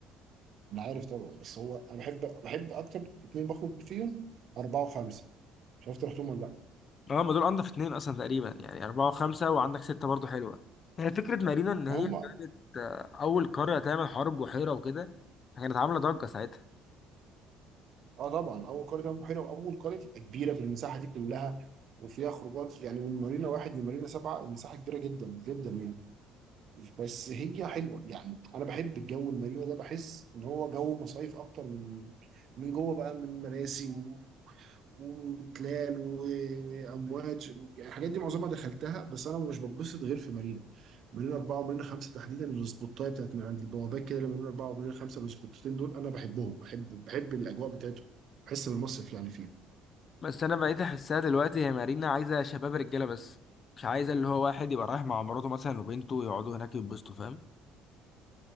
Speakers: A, on the right (about 55°); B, on the left (about 45°).
A: انا عارف طبعا بس هو انا بحب بحب اكتر اتنين بخرج فيهم اربعه وخمسه مش عارف رحتهم ولا لا
B: اه ما دول انضف اتنين اصلا تقريبا يعني اربعة وخمسة وعندك ستة برضو حلوة هي فكرة مارينا ان هي
A: وهم
B: كانت آه، اول قرية تعمل حرب بحيرة وكده كانت عاملة ضجة ساعتها
A: اه طبعا اول قريه تعمل بحيره واول قريه تبقى كبيره في المساحه دي كلها وفيها خروجات يعني من مارينا واحد لمارينا سبعه المساحه كبيره جدا جدا يعني بس هي حلوه يعني انا بحب الجو المارينا ده بحس ان هو جو مصايف اكتر من من جوه بقى من مراسي و- وتلال وامواج يعني الحاجات دي معظمها دخلتها بس انا مش بتبسط غير في مارينا مننا اربعه ومننا خمسه تحديدا السبوتايه بتاعت من عند البوابات كده لما مننا اربعه ومننا خمسه السبوتتين دول انا بحبهم بحب بحب الاجواء بتاعتهم بحس بالمصيف يعني فيهم
B: بس انا بقيت احسها دلوقتي هي مارينا عايزة شباب رجالة بس مش عايزة اللي هو واحد يبقى رايح مع مراته مثلا وبنته يقعدوا هناك يتبسطوا فاهم